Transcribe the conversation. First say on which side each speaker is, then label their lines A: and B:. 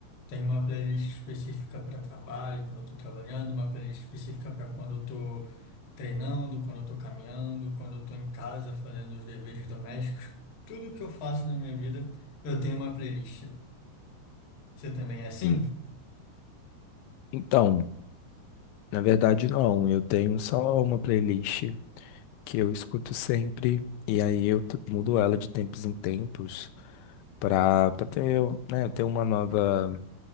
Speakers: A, on the left; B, on the left.
A: Tem uma playlist específica para trabalho, quando eu tô trabalhando, uma playlist específica para quando eu tô treinando, quando eu tô caminhando, quando eu tô em casa fazendo os deveres domésticos. Tudo que eu faço na minha vida, eu tenho uma playlist. Você também é assim?
B: Hum, Então, na verdade não, eu tenho só uma playlist que eu escuto sempre e aí eu t- mudo ela de tempos em tempos para para ter, né, ter uma nova